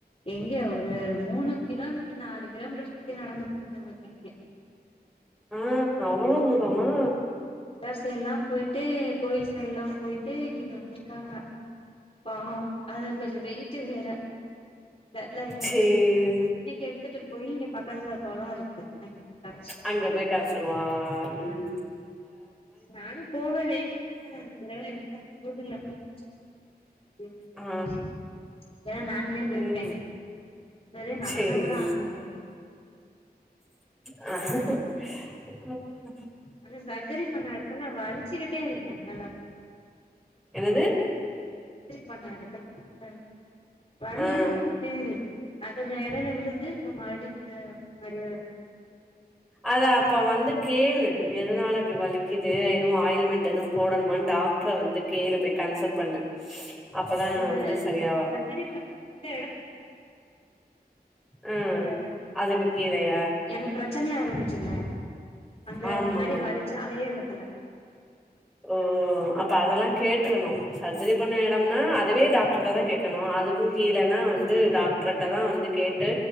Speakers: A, on the left; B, in the centre.
A: எங்க ஒரு மூணு கிலோமீட்டர் நாலு கிலோமீட்டர் சுத்தி நடந்து கூட்டிட்டு வந்து இருக்கீங்க
B: ஆஹ் அவ்ளோ தூ ரம்மா
A: டு எல்லா போயிட்டு கோயில் சைடு எல்லா போயிட்டு இங்கிட்டு வந்திருக்காங்க பாவம் அது கொஞ்ச வெயிட் வேற டல்லாயிட்டாக
B: சேரி
A: இன்னைக்கு எடுத்துட்டு போய் இங்க பக்கத்துல குளம் இருக்கு அங்க போய் கரைச்சிட்டு
B: அங்க
A: வந்தாங்க
B: போய் கரைச்சிருவாகளா உம்
A: ஆ நானு போக வேண்டியதுதா அங்க என்னால போக முடியாம போச்சு ம்ஹ்
B: ஆ
A: இல்லான நானுமே போயிப்பே
B: ம்
A: இந்தலே நடந்தா
B: சேரி
A: கூட ஆரமாட்டேங்கது
B: ஆஹஹ
A: அந்த சர்ஜரி பண்ண எடத்துல வலிச்சுக்கிட்டே இருக்கே நல்ல
B: என்னது
A: பண்ண எடத்துல வலி
B: ஆ
A: இருந்துகிட்டே இரு அ கொஞ்ச எடைல விடுது இப்ப மறுடியு மறுடியு
B: அத அப்ப வந்து கேளு எதனால அப்டி வலிக்குது எதுவு ஆயில்மென்ட் எதுவு போடணுமான் டாக்டர வந்து கேளு போய் கன்சல்ட் பண்ணு அப்பதா
A: அந்த
B: வந்து சரியாவா
A: சர்ஜரி பண்ண அந்த
B: ஆ
A: இந்த
B: அதுக்கு கீழயா
A: எனக்கு பிர ச்சனையா இருந்துச்சுல்ல அந்த
B: ஆமா
A: முன்னாடி வலிச்ச அதே எடத்துல
B: ஓ அப்ப அதெல்லா கேட்ரணு சர்ஜரி பண்ண எடம்னா அதுவே டாக்டர்ட்டதா கேக் கணு அதுக்கு கீழனா வந் து டாக்டர்ட்டதா வந்து கேட்டு